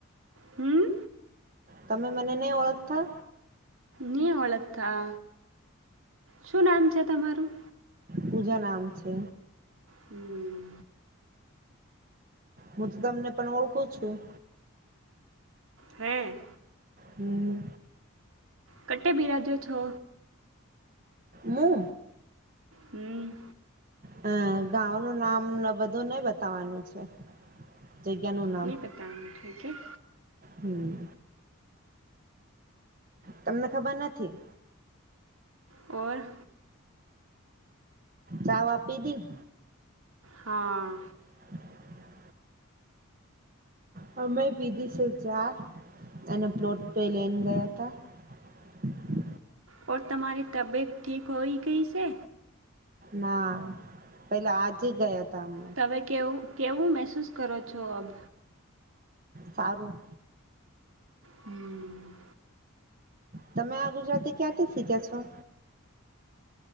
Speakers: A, on the right; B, on the right.
A: હમ્મ
B: તમે મને નહી, ઓળખતા
A: ની ઓળખતા શું નામ છે, તમારું
B: પૂજા નામ છે.
A: હમ્મ.
B: હું, તો તમને પણ ઓળખું છું.
A: હે
B: હમ્મ
A: કટે, બિરાજો છો
B: મુ
A: હમ્મ
B: હા ગાં, ન નામ બધું નઈ બતાવાનું છે. જગ્યાનું નામ
A: નં, પતા હ થક
B: હમ, તમને ખબર નથી.
A: ઓર
B: ચા આપી હતીી.
A: હા
B: <inaudible> હ મેં બીદી સ જા અને પ્લોટ, પે લેન ગયા થ હ
A: ઓઔર તમારી, તબિયત ઠીક હોઈ ગઈ સે
B: ના પેલા આજ ગયા તા અમને
A: તમે કેવું કેવું મહેસૂસ કરો છો, અબ
B: સારું
A: હમ
B: તમે આ ગુજરાતી ક્યાંથી, શીખ્યા છો?